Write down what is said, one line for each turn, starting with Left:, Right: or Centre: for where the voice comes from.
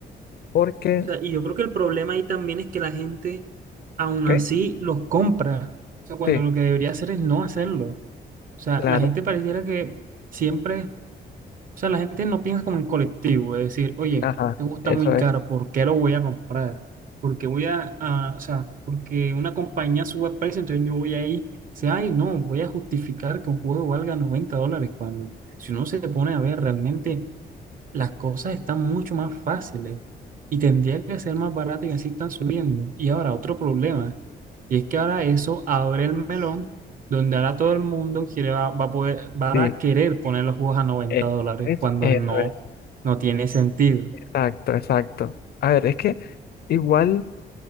Left: Porque
Right: sea, y yo creo que el problema ahí también es que la gente aún
Left: ¿ok?
Right: así los compra. O sea, cuando
Left: Sí,
Right: lo que debería hacer es no hacerlo. O sea,
Left: claro,
Right: la gente pareciera que siempre, o sea, la gente no piensa como en colectivo, es decir, oye,
Left: ajá,
Right: te gusta
Left: eso
Right: muy
Left: es,
Right: caro, ¿por qué lo voy a comprar? Porque voy a, a- o sea, porque una compañía sube el precio, entonces yo voy ahí, dice, ay, no, voy a justificar que un juego valga 90 dólares cuando, si uno se pone a ver, realmente las cosas están mucho más fáciles y tendría que ser más barato y así están subiendo. Y ahora, otro problema y es que ahora eso abre el melón donde ahora todo el mundo quiere, va, va a poder, va
Left: sí,
Right: a querer poner los juegos a noventa
Left: eso
Right: dólares
Left: es,
Right: cuando
Left: eso
Right: no,
Left: es,
Right: no tiene sentido.
Left: exacto, exacto. A ver, es que igual